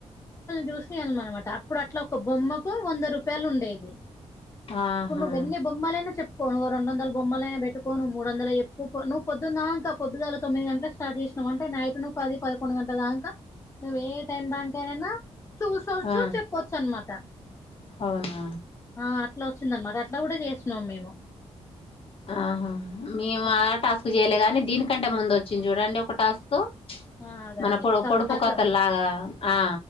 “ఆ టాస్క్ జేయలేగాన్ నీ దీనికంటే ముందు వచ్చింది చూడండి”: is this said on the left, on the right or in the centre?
Left